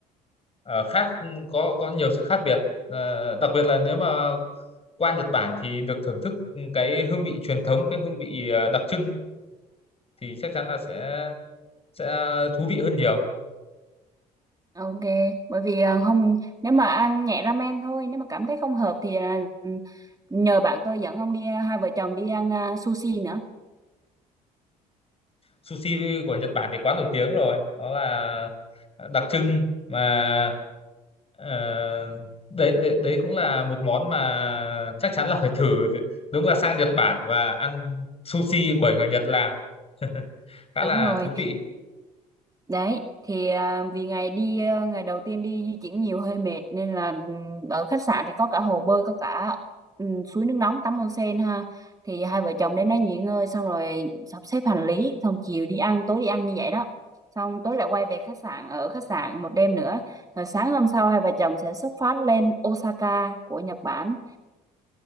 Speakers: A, on the left (about 30°); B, on the right (about 20°).
A: ờ, khác có có nhiều sự khác biệt. Ờ, đặc biệt là nếu mà qua Nhật Bản thì được thưởng thức cái hương vị truyền thống, cái hương vị ờ, đặc trưng thì chắc chắn là sẽ sẽ thú vị hơn nhiều.
B: Ok, bởi vì à, không nếu mà ăn nhẹ ramen thôi, nếu mà cảm thấy không hợp thì à, nhờ bạn tôi dẫn ông đi à, hai vợ chồng đi ăn à, sushi nữa.
A: sushi của Nhật Bản thì quá nổi tiếng rồi đó là đặc trưng mà ờ, đấy, đấy đấy cũng là một món mà chắc chắn là phải thử đúng là sang Nhật Bản và ăn sushi bởi người Nhật làm <laughs> khá
B: Đúng
A: là
B: rồi.
A: thú vị
B: Đấy, thì à, vì ngày đi à, ngày đầu tiên đi di chuyển nhiều hơi mệt nên là ừm, ở khách sạn thì có cả hồ bơi, có cả ừm, suối nước nóng tắm onsen ha. Thì hai vợ chồng đến đấy nghỉ ngơi xong rồi sắp xếp hành lý, xong chiều đi ăn, tối đi ăn như vậy đó. Xong tối lại quay về khách sạn ở khách sạn một đêm nữa. Rồi sáng hôm sau hai vợ chồng sẽ xuất phát lên Osaka của Nhật Bản.